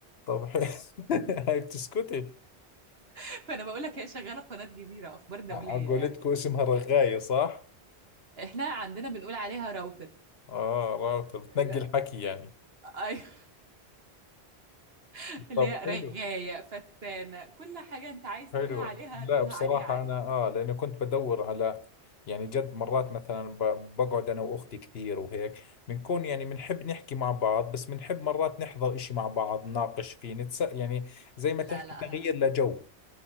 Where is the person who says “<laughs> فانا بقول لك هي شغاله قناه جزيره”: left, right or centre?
Right